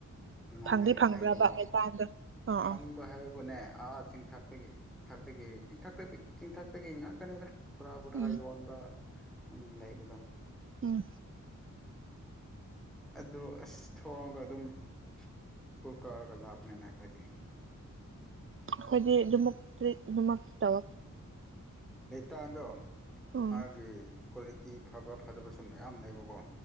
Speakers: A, in the centre; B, on the right (about 40°).
A: ꯃꯤꯉꯣꯟꯗꯒꯤ
B: ꯐꯪꯗꯤ ꯐꯪꯕ꯭ꯔꯕ
A: ꯂꯩꯕꯀꯣ
B: ꯃꯩꯇꯥꯟꯗꯣ ꯑꯥ
A: ꯐꯪꯕ
B: ꯑꯥ
A: ꯍꯥꯏꯕꯨꯅꯦ ꯑꯥ ꯆꯤꯡꯊꯥꯛꯇꯒꯤ ꯆꯊꯥꯛꯇꯒꯤ ꯆꯊꯥꯛꯇ ꯆꯤꯡꯊꯥꯛꯇꯒꯤ ꯉꯥꯛꯇꯅꯤꯗ ꯄꯨꯔꯥ ꯄꯨꯔꯥ
B: ꯎꯝ
A: ꯌꯣꯟꯕ ꯎ ꯂꯩꯕꯗꯣ
B: ꯎꯝ
A: ꯑꯗꯨꯗ ꯑꯁ ꯊꯣꯡꯉꯒ ꯑꯗꯨꯝꯀꯨ ꯀꯥꯔꯒ ꯂꯥꯛꯄꯅꯤꯅ ꯑꯩꯈꯣꯏꯗꯤ
B: ꯑꯩꯈꯣꯏꯗꯤ ꯑꯗꯨꯃꯛ ꯇꯔꯤ ꯑꯗꯨꯃꯛ ꯇꯧ
A: ꯂꯩꯇꯥꯗꯣ
B: ꯎꯝ
A: ꯃꯥꯒꯤ ꯀ꯭ꯋꯥꯂꯤꯇꯤ ꯐꯕ ꯐꯗꯕꯁꯨ ꯃꯌꯥꯝ ꯂꯩꯕꯀꯣ